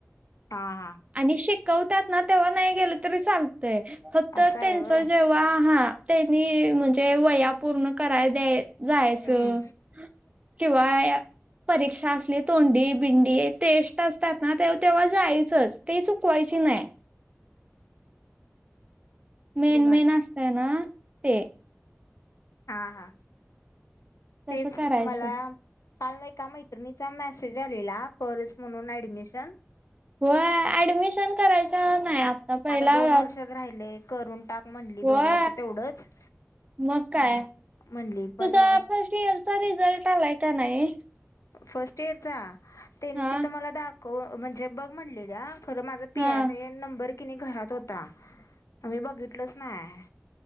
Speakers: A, on the left (about 80°); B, on the right (about 25°).
A: हा हा
B: आणि शिकवतात ना तेव्हा नाही गेलं तरी चालतय फक्त
A: असं आहे
B: त्यांन
A: व्हय
B: जेव्हा, ह हा त्यांनी म्हणजे वया पूर्ण कराय द्या जायचं.
A: हम्म
B: किंवा या. परीक्षा असली तोंडी बिंडी तेष्ट असतात ना तेव्हा तेव्हा जायचंच. ते चुकवायची नाही. मेन
A: रुमाल
B: मेन असतय ना ते.
A: हा हा
B: तसं
A: तेच
B: करायचं
A: मला काल एका मैत्रिणीचा मेसेज आलेला करच म्हणून ऍडमिशन.
B: होय ऍडमिशन करायचं नाही. पहिला
A: आता दोन
B: व्या-
A: वर्षच राहिलेय करून टाक म्हणली
B: होय
A: दोन वर्ष तेवढंच.
B: मग काय तुझा
A: म्हणली पण
B: फर्स्ट इयरचा रिझल्ट आलाय का नाही?
A: फर्स्ट इयरचा त्यानी
B: हा
A: तिथं मला दाखव म्हणजे बघ म्हणलेल. खरं माझा पी
B: हा
A: आर ए एन नंबर कि नाही घरात होता,, आम्ही बघितलोच नाय.